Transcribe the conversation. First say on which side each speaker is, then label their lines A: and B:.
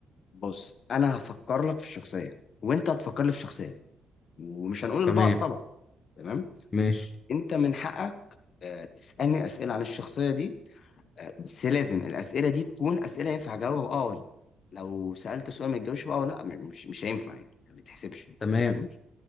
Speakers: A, on the left; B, on the left.
A: بص انا هفكر لك في شخصية وانت هتفكر لي في شخصية ومش هنقول
B: تمام
A: لبعض طبعا تمام
B: ماشي
A: انت من حقك آه تسألني أسئلة عن الشخصية دي آه بس لازم الأسئلة دي تكون أسئلة ينفع أجاوبها اه ولا لأ. لو سألت سؤال ما تجاوبش بقى ولا لا مش مش هينفع يعني ما تحسبش
B: تمام
A: تمام؟